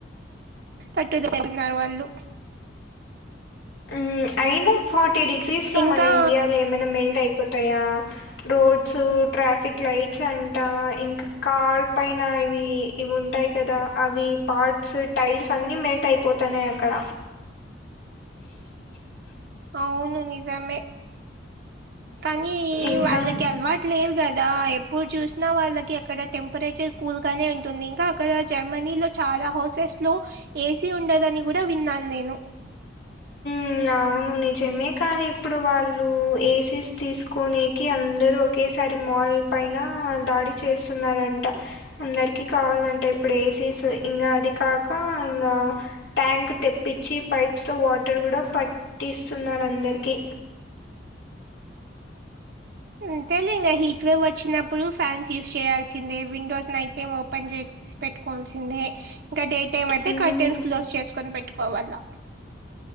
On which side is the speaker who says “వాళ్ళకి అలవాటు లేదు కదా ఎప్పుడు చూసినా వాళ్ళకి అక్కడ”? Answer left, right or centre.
Right